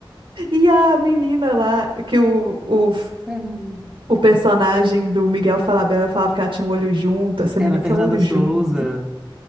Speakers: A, on the right; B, in the centre.
A: E a menina lá, que o, o,
B: Ai.
A: o personagem do Miguel Falabella falava que ela tinha um olho junto, essa
B: Era
A: menina
B: a Fernanda
A: tem um olho
B: Souza.
A: junto.